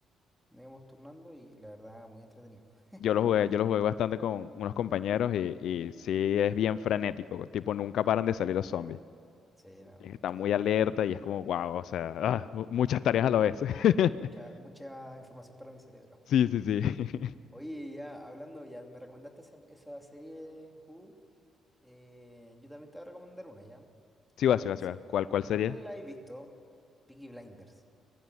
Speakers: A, in the centre; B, on the left.
A: Nos íbamos turnando y la verdad, muy entretenido. <laughs>
B: Yo lo jugué, yo lo jugué bastante con unos compañeros y, y sí es bien frenético, tipo nunca paran de salir los zombies.
A: Sí, no,
B: Está
A: increíble.
B: muy alerta y es como, wow, o sea, ah, mu- muchas tareas a la vez. <laughs>
A: Mucha, mucha información para mi cerebro.
B: Sí, sí, sí. <laughs>
A: Oye, ya hablando, ya me recomendaste esa, esa serie de Who. eh, yo también te voy a recomendar una, ¿ya?
B: Sí va, sí
A: No
B: va, sí
A: sé,
B: va. ¿Cuál, cuál sería?
A: Yo creo que la habéis visto. Peaky Blinders.